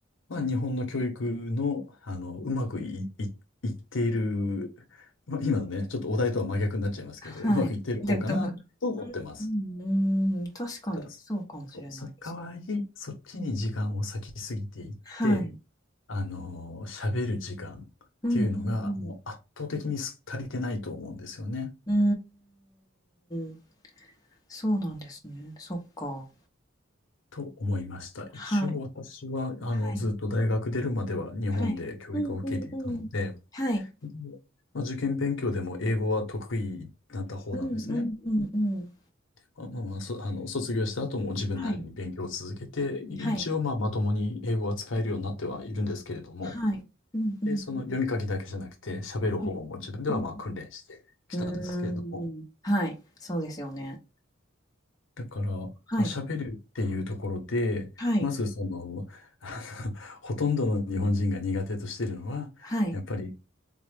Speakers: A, on the left; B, on the left.
A: まあ、日本の教育の、あの、うまくい、い、いっている、まあ、今のね、ちょっとお題とは真逆になっちゃいますけど、
B: はい。
A: うまくいってる方かなと思ってます。
B: でも、だからうん、うーん、確かにそうかもしれないですね。
A: ただ、そう、その代わり、そっちに時間を割きすぎていって、
B: はい。
A: あのー、喋る時間っていうのがもう圧倒的に足りてないと思うんですよね。
B: うんうんうん。うーん、そうなんですね。そっか。
A: と思いました。
B: はい。
A: 一応私は、あの、
B: はい。
A: ずっと大学出るまでは日本で教育を受けていたので、
B: はい。うんうんうん。はい。
A: でまあ、受験勉強でも英語は得意だった方なんですね。
B: うんうんうんうん。
A: まあまあ、まあそ、あの、卒業した後も自分なりに勉強を続けて、
B: はい。
A: 一応まあまともに英語は使えるようになってはいるんですけれども、
B: はい。はい。うんうんうん。
A: で、その読み書きだけじゃなくて喋る方も自分ではまあ訓練してきたんですけれども、
B: はい。うん。うーん。はい。そうですよね。
A: だから、まあ、
B: はい。
A: 喋るっていうところで、
B: はい。
A: まずその、あの、<laughs> ほとんどの日本人が苦手としてるのは、
B: はい。
A: やっぱり、